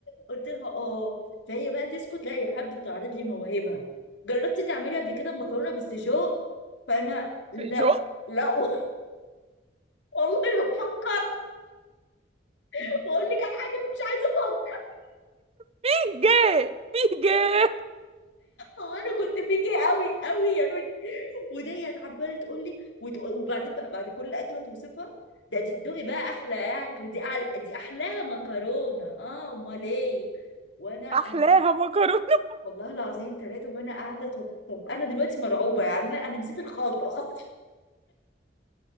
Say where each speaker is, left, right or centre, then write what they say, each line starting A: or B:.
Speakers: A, on the left; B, on the right.
A: قلت لها اه فهي بقى تسكت لا هي حابه تعرض لي مواهبها جربتي تعملي قبل كده مكرونه بالسجق فانا لا
B: في شو
A: لا <laughs> والله ما فكرت بقول لك على حاجه مش عايزه افكر
B: في جاه في جاه
A: هو انا كنت فيكي قوي قوي يا روني وديت عماله تقول لي وت- وبعدين بقى بعد كل اكله توصفها ده تدوقي بقى احلى اكل دي أعلى دي احلاها مكرونه اه امال ايه وانا انا
B: احلاها مكرونه <laughs>
A: والله العظيم ثلاثة وانا قاعدة طب, طب انا دلوقتي مرعوبة يعني انا انا نسيت الخلطة <laughs>